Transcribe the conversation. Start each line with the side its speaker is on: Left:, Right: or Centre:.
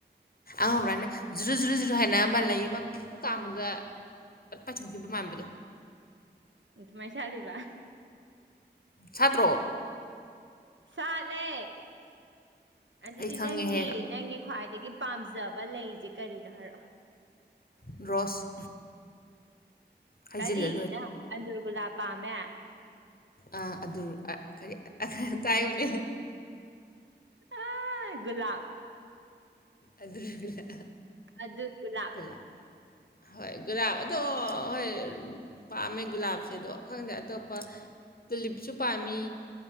Left: ꯑꯉꯧꯕ꯭ꯔꯅꯦ ꯖꯨꯔꯨꯖꯨꯔꯨꯖꯨꯔꯨ ꯍꯥꯏꯅ ꯑꯃ ꯂꯩꯥ ꯑꯃ ꯐꯨ ꯀꯥꯝꯕꯗ ꯄꯠ ꯄꯥꯊꯣꯛꯈꯤꯕ ꯃꯥꯟꯕꯗꯣ
Right: ꯑꯗꯨꯃꯥꯏ ꯁꯥꯠꯂꯤꯕ
Left: ꯁꯥꯠꯇ꯭ꯔꯣ
Right: ꯁꯥꯠꯂꯦ ꯑꯗꯨꯗꯤ
Left: ꯑꯩ ꯈꯪꯉꯦꯍꯦ
Right: ꯅꯪꯒꯤ ꯅꯪꯒꯤ ꯈ꯭ꯋꯥꯏꯗꯒꯤ ꯄꯥꯝꯖꯕ ꯂꯩꯁꯦ ꯀꯔꯤꯅꯣ ꯍꯥꯏꯔꯛꯑꯣ
Left: ꯔꯣꯁ ꯍꯥꯏꯖꯤꯜꯂ
Right: ꯀꯔꯤ ꯅꯪ ꯑꯟꯗꯨꯔꯒꯨꯂꯥꯞ ꯄꯥꯝꯃꯦ꯫
Left: ꯑ ꯑꯗꯨꯔ ꯑ ꯀꯔꯤ ꯑꯝꯇ ꯍꯥꯏꯌꯨꯅꯦ
Right: ꯑꯥ ꯒꯨꯂꯥꯞ
Left: ꯑꯗꯨꯔ ꯒꯨꯂꯥꯞ
Right: ꯑꯗꯨꯔ ꯒꯨꯂꯥꯞ
Left: <unintelligible> ꯍꯣꯏ ꯒꯨꯂꯥꯞ ꯑꯗꯣ ꯍꯣꯏ ꯄꯥꯝꯃꯦ ꯒꯨꯂꯥꯞꯁꯦ ꯑꯗꯣ ꯈꯪꯗꯦ ꯑꯇꯣꯞꯄ ꯇꯨꯂꯤꯞꯁꯨ ꯄꯥꯝꯃꯤ